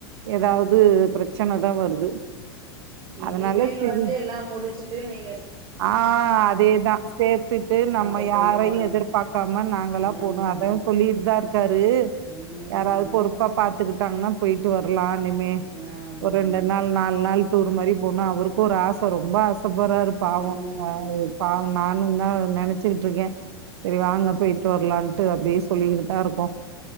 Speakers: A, on the right; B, on the right.
A: ஏதாவது பிரச்சனதா வருது
B: இனிமேல்
A: அதனால சரி
B: வந்து எல்லா முடிச்சுட்டு நீ
A: ஆ அதேதா சேத்துட்டு நம்ம
B: அப்ப போயிட்டு
A: யாரையு
B: வாங்க.
A: எதிர்பாக்காம நாங்களா
B: ம்.
A: போனோ அதா சொல்லிட்டுதா இருக்காரு
B: ம்.
A: யாராவது பொறுப்பா பாத் துக்கிட்டாங்ன்னா போயிட்டு வரலா இனிமே
B: ஆமாமா.
A: ஒரு ரெண்டு நாள் நாலு நாள் டுர் மாரி போனா அவருக்கு ஒரு ஆச ரொம்ப ஆசப்போற பாவோ
B: ம்.
A: அ பாவோ நானும்தா நெனச்சுக்கிட்ருக்கே சரி வாங்கப் போய்ட்டு வரலான்ட்டு அப்டியே சொல்லிக்கிட்டுதாருக்கோ